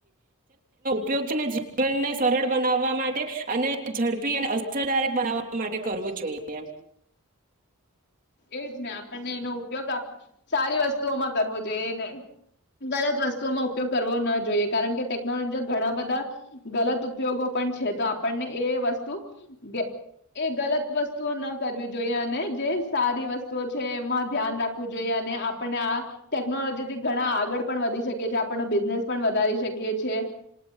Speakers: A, on the right; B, on the left.
A: ઉપયોગને જીવનને સરળ બનાવવા માટે. અને ઝડપી અને અસરદાયક બનાવવા માટે કરવું જોઈએ.
B: એજ ને આપણને એનો ઉપયોગ સારી વસ્તુઓમાં કરવો જોઈએ. ને ગલત વસ્તુઓમાં ઉપયોગ કરવો ના જોઈએ. કારણ કે ટેકનોલોજી ઘણા બધા ગલત ઉપયોગો પણ છે. તો આપણને એ કે એ ગલત વસ્ તો ન કરવી જોઈએ. અને સારી વસ્તુઓ છે. એમાં ધ્યાન રાખવું જોઈએ. અને આપણને આ ટેકનોલોજીથી ઘણા આગળ પણ વધી શકીએ છી. આપણનો બિઝનેસ પણ વધારી શકીએ છીએ.